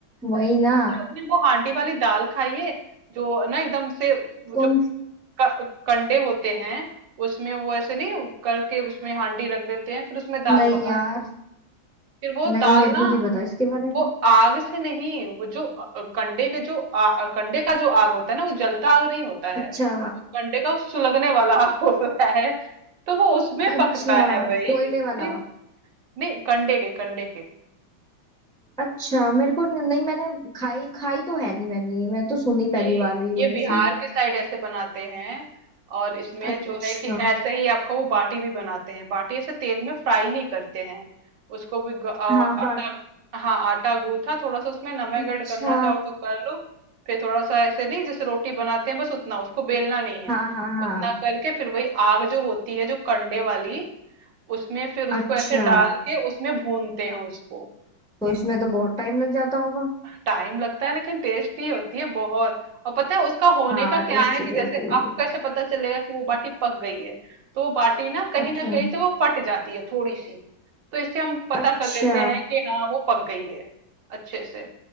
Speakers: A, in the centre; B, on the right.
A: वही
B: है ना?
A: ना
B: अच्छा आपने वो हांडी वाली दाल खाई है जो ना एकदम से वो
A: कौन
B: जो क- कंडे होते हैं उसमें वो ऐसे नहीं करके उसमें हांडी रख देते हैं फिर उसमें दाल
A: नहीं
B: पकाते
A: यार
B: हैं फिर वो
A: नहीं
B: दाल
A: मेरे
B: ना
A: को नहीं पता इसके बारे में
B: वो आग से नहीं वो जो अ, अ, कंडे के जो आ, अ, कंडे का जो आग होता है ना वो जलता आग नहीं होता है
A: अच्छा
B: वो कंडे का सुलगने वाला आग <laughs> होता है तो वो उसमें
A: अच्छा
B: पकता है भाई इतनी-
A: कोयले वाला
B: नहीं कंडे के कंडे के
A: अच्छा मेरे को न- नहीं मैंने खाई खाई तो है नहीं मैंने ये मैं तो सुनी
B: ये
A: पहली बार रही हूँ
B: ये
A: ऐसी
B: बिहार के साइड ऐसे बनाते हैं और इसमें
A: अच्छा
B: जो है कि ऐसे ही आपका वो बाटी भी बनाते हैं बाटी ऐसे तेल में फ्राई नहीं करते हैं उसको भी ग- आ, आटा
A: हाँ बाट
B: हाँ आटा गूथा थोड़ा सा उसमें नमक
A: अच्छा
B: ऐड करना चाहो तो कर लो फिर थोड़ा सा ऐसे नहीं जैसे रोटी बनाते हैं बस उतना उसको बेलना नहीं है
A: हाँ हाँ हाँ
B: उतना करके फिर वही आग जो होती है जो कंडे वाली उसमें फिर उसको
A: अच्छा
B: ऐसे डाल के उसमें भूनते हैं उसको
A: तो इसमें तो बहुत टाइम लग जाता होगा
B: टाइम लगता है लेकिन टेस्टी होती है बहुत और पता है उसका होने
A: हाँ
B: का
A: टेस्टी
B: क्या है कि
A: तो
B: जैसे
A: होती होगी
B: आप कैसे पता चलेगा कि वो बाटी पक गई है तो वो बाटी ना कहीं
A: अच्छा
B: ना कहीं से वो फट जाती है थोड़ी सी तो इससे हम पता
A: अच्छा
B: कर लेते हैं कि हाँ वो पक गई है अच्छे से